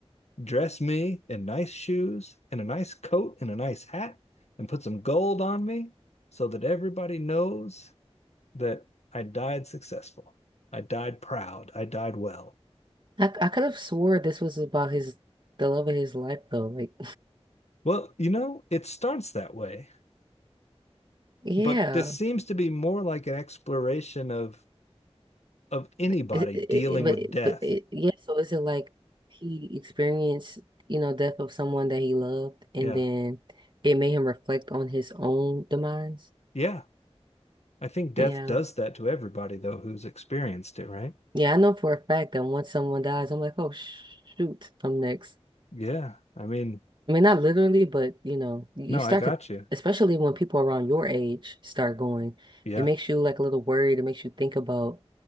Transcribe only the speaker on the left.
Dress me in nice shoes and a nice coat and a nice hat and put some gold on me so that everybody knows that I died successful. I died proud. I died well.
Well, you know, it starts that way,
but this seems to be more like an exploration of of anybody
dealing
with
death.
Yeah.
Yeah. I think death
does that to everybody though who's experienced it, right?
Yeah. I mean,
no,
I got
you.
Yeah.